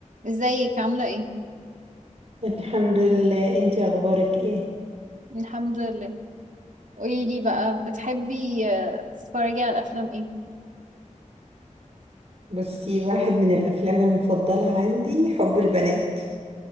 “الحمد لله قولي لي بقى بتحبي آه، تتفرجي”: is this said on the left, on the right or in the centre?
Right